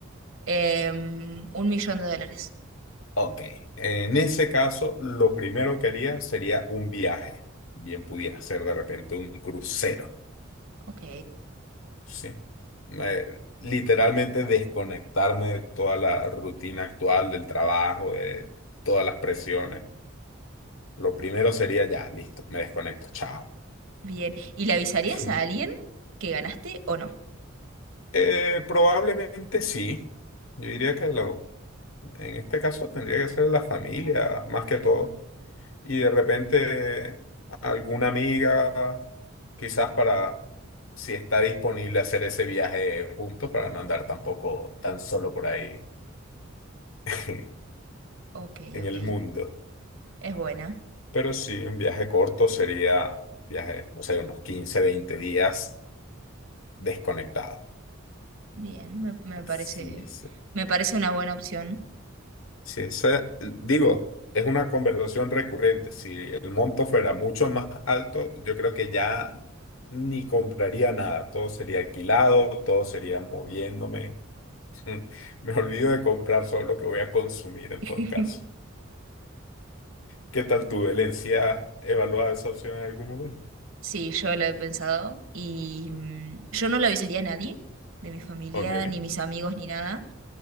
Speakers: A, on the right; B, on the left.
A: em, un millón de dólares.
B: Ok, en ese caso, lo primero que haría sería un viaje. Bien pudiera ser de repente un crucero,
A: Ok,
B: ¿sí? Me- literalmente desconectarme de toda la rutina actual, del trabajo, de todas las presiones. Lo primero sería ya, listo, me desconecto, chao.
A: bien. ¿Y le avisarías
B: <laughs>
A: a alguien que ganaste o no?
B: Eh, probablemente sí. Yo diría que lo, en este caso tendría que ser la familia, más que todo. y de repente alguna amiga, quizás para, si está disponible hacer ese viaje juntos, para no andar tampoco tan solo por ahí <laughs>
A: Ok,
B: en
A: ok.
B: el mundo.
A: Es buena.
B: Pero sí, un viaje corto sería, viaje, no sé, unos 15 20 días desconectado.
A: Bien, me, me parece,
B: Sí, sí.
A: me parece una buena opción.
B: Si esa, digo, es una conversación recurrente. Si el monto fuera mucho más alto, yo creo que ya ni compraría nada. Todo sería alquilado, todo sería moviéndome. <laughs> Me olvido de comprar solo lo que voy a consumir en
A: <laughs>
B: todo caso. ¿Qué tal tu Valencia? ¿Evaluada esa opción en algún momento?
A: Sí, yo lo he pensado y mm, yo no lo avisaría a nadie de mi familia,
B: Ok,
A: ni mis amigos, ni nada,